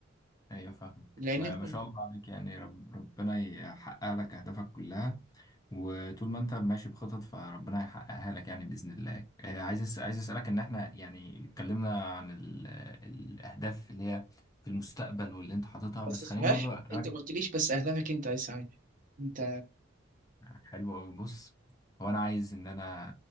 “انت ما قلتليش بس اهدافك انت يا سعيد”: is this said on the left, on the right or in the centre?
Right